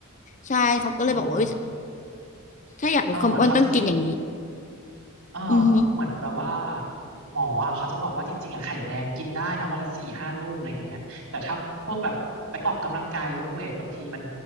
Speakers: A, on the left; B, on the right.
A: ใช่เขาก็เลยบอกว่าเอ้ย
B: เออเหมือน
A: ถ้าอยากลดความอ้วนต้องกินอย่างนี้
B: เออเหมือนเขาจะกินเออ
A: อือฮึ
B: เหมือนแบบว่าหมออ่ะเขาจะบอกว่าจริงๆอ่ะไข่แดงกินได้นะวันละสี่ห้าลูกอะไรอย่างเงี้ยแต่ถ้าพวกแบบไปออกกำลังกายยกเวทบางทีมัน